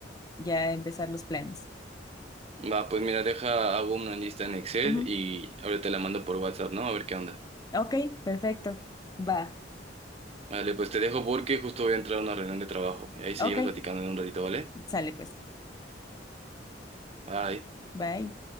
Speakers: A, on the left; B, on the right.
A: ya empezar los planes.
B: Va, pues mira, deja, hago una lista en Excel
A: Ujú.
B: y ahora te la mando por WhatsApp, ¿no? A ver qué onda.
A: Ok, perfecto. Va.
B: Vale, pues te dejo porque justo voy a entrar a una reunión de trabajo. Y ahí seguimos
A: Ok,
B: platicando en un ratito, ¿vale?
A: sale pues.
B: Bye.
A: Bye.